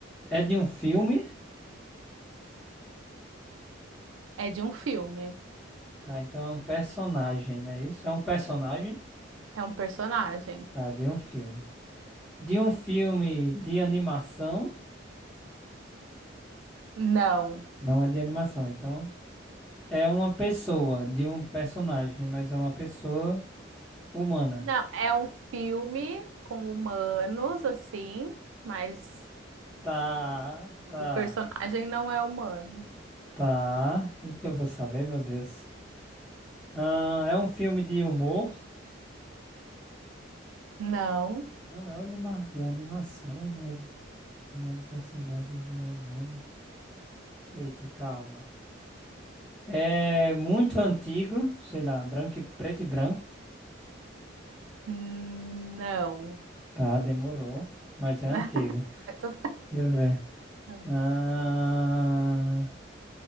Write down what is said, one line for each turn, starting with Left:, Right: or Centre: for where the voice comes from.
Centre: é de um filme,
Right: É de um filme.
Centre: tá? Então é um personagem, não é isso? É um personagem,
Right: É um personagem.
Centre: tá? De um filme. De um filme de animação,
Right: Não.
Centre: não é de animação. Então é uma pessoa, de um personagem, mas é uma pessoa humana.
Right: Não, é um filme com humanos, assim, mas
Centre: Tá, tá,
Right: o personagem não é humano.
Centre: tá. Eita, eu vou saber, meu Deus. Ah, é um filme de humor.
Right: Não,
Centre: Não é anima... é animação e não é... não é um personagem, não é humano. Eita, calma. É muito antigo, sei lá, branco e preto e branco.
Right: não.
Centre: Tá, demorou, mas é antigo.
Right: <laughs> Eu tô-
Centre: Deixa eu ver.
Right: <laughs>
Centre: Ah,